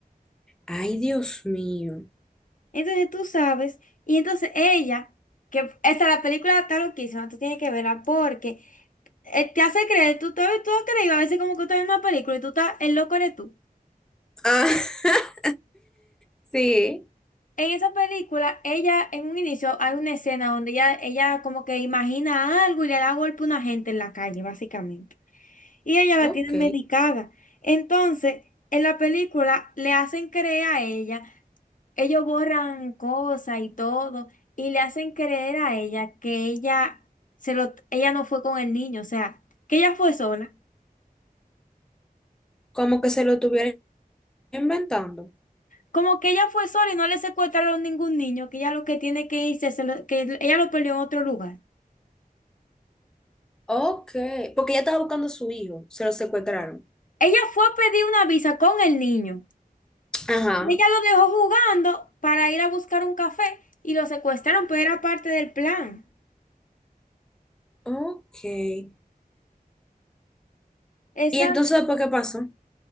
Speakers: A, in the centre; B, on the left (about 60°).
A: Ay, Dios mío.
B: Entonces tú sabes, y entonces ella, que esta la película está loquísima, tú tienes que verla porque eh, te hace creer, tú, tú, tú has creído a veces como que tú estás viendo una película y tú estás, el loco eres tú.
A: Ah, <laughs> sí,
B: En esa película, ella, en un inicio, hay una escena donde ella, ella como que imagina algo y le da golpe a una gente en la calle, básicamente. Y ella la
A: ok.
B: tiene medicada. Entonces, en la película le hacen creer a ella. ellos borran cosas y todo, y le hacen creer a ella que ella se lo, ella no fue con el niño, o sea, que ella fue sola.
A: Como que se lo estuvieron inventando.
B: Como que ella fue sola y no le secuestraron ningún niño, que ella lo que tiene que irse, se lo- que ella lo perdió en otro lugar.
A: Ok, porque ella estaba buscando a su hijo, se lo secuestraron.
B: Ella fue a pedir una visa con el niño.
A: Ajá.
B: Ella lo dejó jugando para ir a buscar un café y lo secuestraron, pero era parte del plan.
A: Ok. ¿Y
B: Esa
A: entonces después qué pasó?